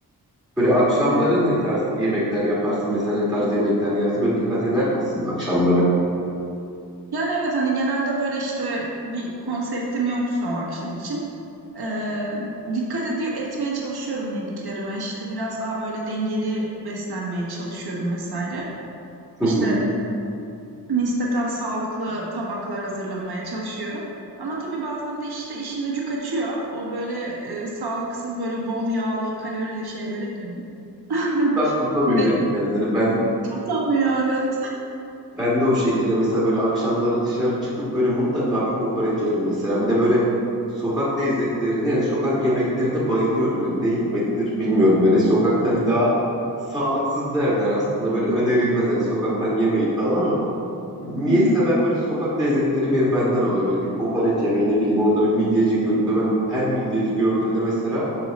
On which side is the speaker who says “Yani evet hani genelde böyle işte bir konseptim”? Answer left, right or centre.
Right